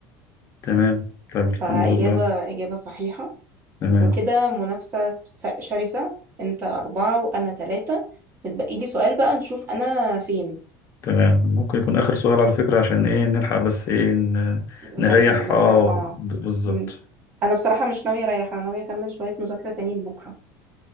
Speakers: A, on the left (about 35°); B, on the right (about 30°).
A: تمام. طيب الحمد
B: فإجابة
A: لله
B: إجابة صحيحة
A: تمام
B: وكده منافسة س- شرسة أنت أربعة وأنا تلاتة متبقي لي سؤال بقى نشوف أنا فين
A: تمام ممكن يكون آخر سؤال على فكرة عشان إيه نلحق بس إيه ن-
B: نكمل
A: نريح
B: مذاكرة
A: اه
B: آه
A: د- بالظبط
B: مم. أنا بصراحة مش ناوية أريح أنا ناوية أكمل شوية مذاكرة تاني لبكرة